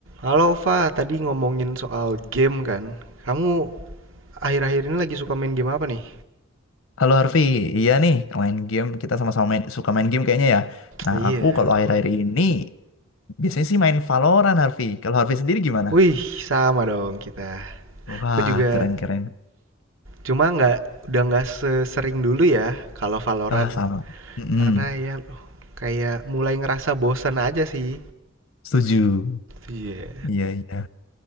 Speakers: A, on the right; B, on the left.
A: Halo Ova, tadi ngomongin soal game kan? Kamu akhir-akhir ini lagi suka main game apa nih?
B: Halo Harvey, iya nih main game kita sama-sama main, suka main game kayaknya ya. Nah
A: Iya.
B: aku kalau akhir-akhir ini biasanya sih main Valorant Harvey. Kalau Harvey sendiri gimana?
A: Wih, sama dong kita.
B: Wah
A: Aku juga
B: keren-keren.
A: cuma nggak udah nggak sesering dulu ya kalau Valorant
B: Wah sama. Mm-mm,
A: karena ya kayak mulai ngerasa bosan aja sih.
B: setuju.
A: Iya.
B: Iya iya.